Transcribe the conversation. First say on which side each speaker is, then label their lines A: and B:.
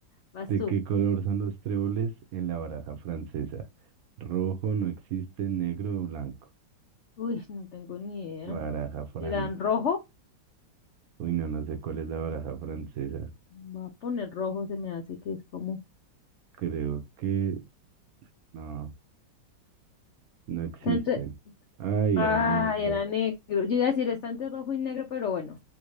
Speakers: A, on the left; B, on the right.
A: Vas
B: ¿De
A: tú.
B: qué color son los tréboles en la baraja francesa? Rojo no existe, negro o blanco.
A: Uy, no tengo ni idea.
B: Baraja francesa.
A: ¿Eran rojo?
B: Uy, no, no sé cuál es la baraja francesa.
A: Voy a poner rojo, se me hace que es como.
B: Creo que no, no existen.
A: Está entre-
B: Ay,
A: Ah,
B: era negro.
A: era negro. Yo iba a decir, está entre rojo y negro, pero bueno,